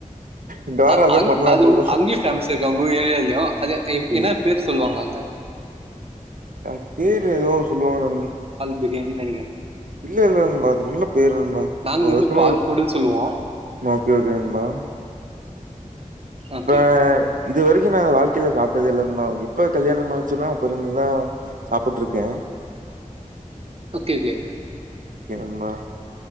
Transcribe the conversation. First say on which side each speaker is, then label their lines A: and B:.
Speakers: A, on the right; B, on the right.
A: இந்த வாரம்
B: அ -
A: அதான்
B: அங்
A: பண்ணலான்ட்டு
B: அதுவு
A: இருக்கோம்.
B: அங்யே பேமஸ் இருக்கா உங்குர் ஏரியால்யு அது பேம்
A: இ
B: என்ன பேர் சொல்லுவாங்கோ அங்க
A: அது பேரு எதோர் சொல்லுவாங்க நண்
B: பிரியாணி நெனைக்கி
A: இல்ல இல்லன்பா அது நல்லப் பேர் நண்பா
B: நாங்க
A: ஒ அதுக்குன்னு
B: வந்து பால்
A: ஒரு
B: கொடுன்னு சொல்லுவோம்
A: ஒகே கெண்பா
B: ஓகே
A: அஹ் இது வரைக்கு நா அத வாழ்க்கேல சாப்ட்டதே இல்ல இன்மா எப்ப கல்யாணம் ஆச்சுன்னா புரிஞ்சுதா சாப்புட்ருக்கே
B: ஓகே ஓகே
A: எதும்மா